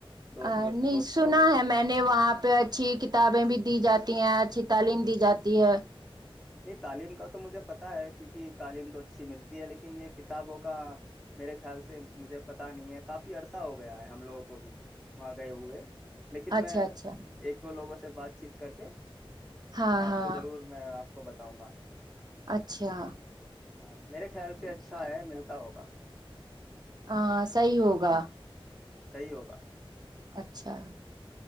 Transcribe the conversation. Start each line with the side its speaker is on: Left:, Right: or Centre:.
Centre: دوست
Right: انہیں
Centre: دوست
Right: سنا
Centre: لوگوں سے
Right: ہے میں نے وہاں پہ اچھی کتابیں بھی دی جاتی ہیں اچھی تعلیم دی جاتی ہے
Centre: نہیں تعلیم کا تو مجھے پت ہے کیونکہ تعلیم تو اچھی ملتی ہے لیکن یہ کتابوں کا میرے خیال سے مجھے پتا نہیں ہے کافی عرصہ ہو گیا ہے ہم لوگوں کو بھی وہاں گئے ہوئے لیکن
Right: اچھا
Centre: میں
Right: اچھا
Centre: ایک دو لوگوں سے سے بات چیت کر کے
Right: ہاں
Centre: آپ
Right: ہاں
Centre: سے ضرور میں آپ کو بتاؤں گا
Right: اچھا
Centre: ہاں میرے خیال سے اچھا
Right: جی ہاں
Centre: ہے ملتا ہوگا
Right: ہاں صحیح ہوگا
Centre: صحیح ہوگا
Right: اچھا